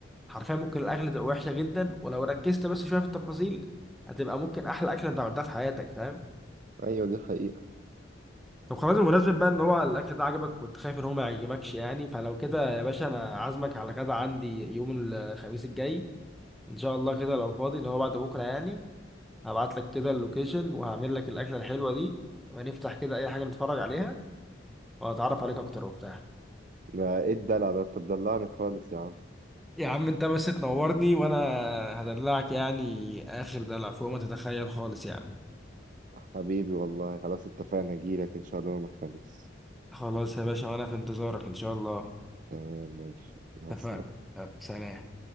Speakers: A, in the centre; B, on the right.
A: حرفيا ممكن الاكلة تبقى وحشة جدا ولو ركزت بس شوية في التفاصيل هتبقى ممكن احلى اكلة انت عملتها في حياتك فاهم
B: ايوه دي حقيقه
A: طب خلاص بمناسبة بقى ان هو الاكل ده عجبك كنت خايف ان هو ما يعجبكش يعني فلو كده يا باشا انا عازمك على كده عندي يوم الخميس الجاي ان شاء الله كده لو فاضي اللي هو بعد بكرة يعني هبعت لك كده اللوكيشن وهعمل لك الاكلة الحلوة دي ونفتح كده اي حاجة نتفرج عليها وهتعرف عليك اكتر وبتاع
B: ده ايه الدلع ده انت بتدلعني خالص يا عم
A: يا عم انت بس تنورني وانا هدلعك يعني اخر دلع فوق ما تتخيل خالص يعني
B: حبيبي والله خلاص اتفقنا اجيلك ان شاء الله يوم الخميس
A: خلاص يا باشا وانا في انتظارك ان شاء الله
B: تمام ماشي مع
A: اتفقنا
B: السلامه
A: يلا، سلام